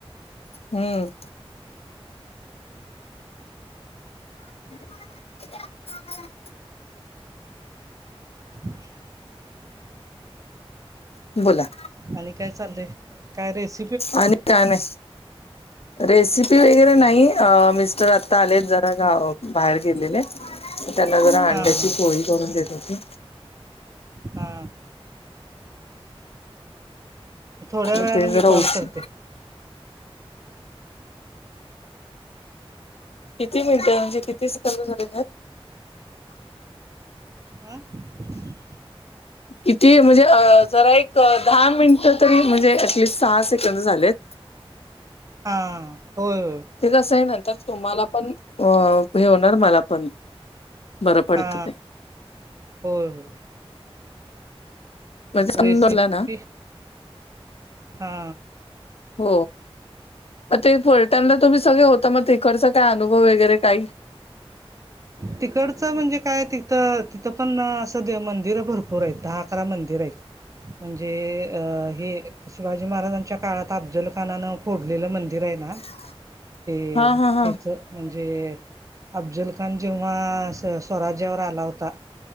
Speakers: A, on the left; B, on the right.
A: हम्म <unintelligible>
B: <inaudible>
A: <unintelligible> बोला.
B: आणि काय चाललंय? काय रेस
A: आणि काय नाहीं रेसी पी वगैरे
B: हा
A: नाही, मिस्टर आता आलेत जरा गाव बाहेर गेलेले. त्यांना जरा अंड्याची
B: हा
A: पोळी करून देत होते.
B: हा थोड्या
A: मग
B: वेळने
A: ते
B: मी
A: जरा
B: कॉल
A: उशी
B: करते.
A: किती मिळतं म्हणजे किती सेकंद झालेले आहेत.
B: हा <inaudible>
A: किती म्हणजे जरा एक दहा मिनटं तरी म्हणजे ऍटलिस्ट सहा सेकंद झालेत.
B: हा होय होय.
A: ते कसं आहे नंतर तुम्हाला पण हे होणार मला पण. बरं पडतं
B: हा
A: ते.
B: होय
A: म्हणजे समजला
B: रेसिपी
A: ना
B: हा
A: हो. अं ते फलटानला तुम्ही सगळे होता, मग तिकडचा काय अनुभव वगैरे काही.
B: तिकडचं म्हणजे काय ते तेतं तिथं पण सध्या मंदिरं भरपूर आहेत.. दहा अकरा मंदिर आहेत म्हणजे अं हे शिवाजी महाराजांच्या काळात अफ्जल खानानं फोडलेलं मंदिर आहे ना
A: <inaudible>
B: ते
A: हा हा
B: हेचं म्हणजे अफ्जल खान जेव्हा स्वराज्यावर आला होता,